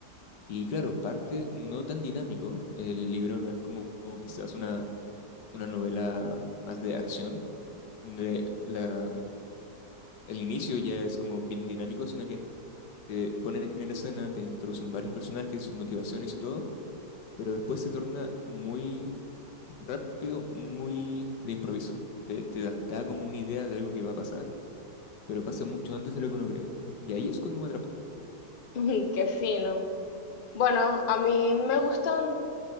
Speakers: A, on the left (about 80°); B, on the left (about 45°).
A: Y claro, parte no tan dinámico, el libro no es como quizás una, una novela más de acción, donde la, el inicio ya es como bien dinámico, sino que te ponen en, en escena, te introducen varios personajes, sus motivaciones y todo, pero después se torna muy rápido, muy de improviso. Te, te da da como una idea de algo que va a pasar pero pasa mucho antes de lo que uno cree. Y ahí es cuando me atrapó.
B: Ujú, Qué fino. Bueno, a mí me gustan